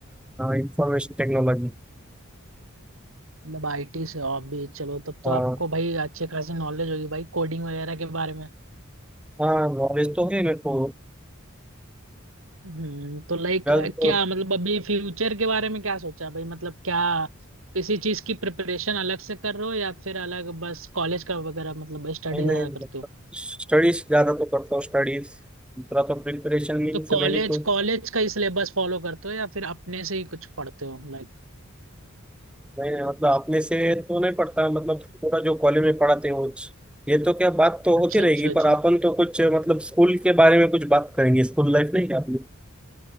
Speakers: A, in the centre; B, on the right.
A: इंफॉर्मेशन टेक्नोलॉजी
B: मतलब आईटी से हो आप भी चलो तब तो
A: हाँ
B: आपको भाई अच्छे खासे नॉलेज होगी भाई कोडिंग वगैरह के बारे में
A: हाँ नॉलेज तो है मेरे को
B: हम्म तो लाइक
A: ट्वेल्थ तो
B: क्या मतलब अभी फ्यूचर के बारे में क्या सोचा भाई मतलब क्या किसी चीज की प्रिपरेशन अलग से कर रहे हो या फिर अलग बस कॉलेज का वगैरह मतलब स्टडी
A: मैंने
B: ज्यादा करते हो
A: स्टडीज ज़्यादा तो करता हूँ स्टडीज दूसरा तो प्रिपरेशन मीन्स
B: तो कॉलेज
A: मेरी तो
B: कॉलेज का ही सिलेबस फॉलो करते हो या फिर अपने से ही कुछ पढ़ते हो लाइक
A: मैंने मतलब अपने से तो नहीं पढ़ता मतलब पूरा जो कॉलेज में पढ़ाते हैं वो ये तो क्या बात तो
B: अच्छा
A: होती रहेगी
B: अच्छा अच्छा
A: पर अपन तो कुछ मतलब स्कूल के बारे में कुछ बात करेंगे स्कूल लाइफ नहीं क्या अपनी